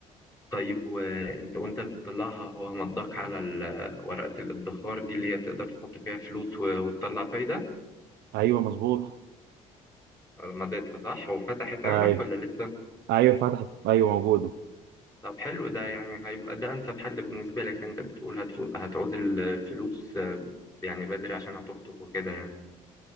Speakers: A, on the left; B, on the right.
A: طيب وأنت وأنت بتطلعها هو مضاك على ال- ورقة الادخار دي اللي هي تقدر تحط فيها فلوس و- وتطلع فايدة
B: أيوه مظبوط
A: آه، مضيتها صح وفتحت عندك
B: أيوه
A: ولا لسه؟
B: أيوه فتحت أيوه موجودة
A: طب حلو ده يعني هيبقى ده انسب حل بالنسبه لك لأن انت بتقول هتفو- هتعوز الفلوس آه، يعني بدري عشان هتخطب وكده يعني